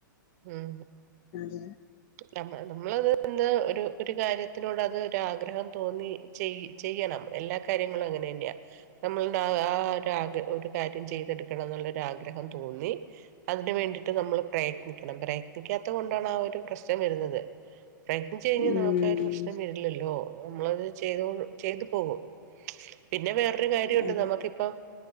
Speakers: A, on the right (about 50°); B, on the left (about 40°).
A: ഉം
B: അതേ
A: നമ്മള് നമ്മളത് അത് എന്താ ഒരു ഒരു കാര്യത്തിനോട് അത് ഒരാഗ്രഹം തോന്നി ചെയ് ചെയ്യണം, എല്ലാ കാര്യങ്ങളും അങ്ങനെന്നെയാ. നമ്മളാ ആ ഒരാഗ്ര ഒരു കാര്യം ചെയ്തെടുക്കണന്നൊള്ളൊരാഗ്രഹം തോന്നി അതിനു വേണ്ടീട്ടു നമ്മള് പ്രയത്നിക്കണം പ്രയത്നിക്കാത്തകൊണ്ടാണ് ആ ഒരു പ്രശ് ച്ചൻ വരുന്നത് പ്രയഗ്നിച്ചു കഴിഞ്ഞാൽ
B: ഉം
A: നമുക്കാ ഒരു പ്രശ്നം വരില്ലല്ലോ നമ്മളത് ചെയ്ത ചെയ്തു പോകും പിന്നെ വേറെ വേറൊരു കാര്യംണ്ട്
B: അതെ
A: നമുക്കിപ്പം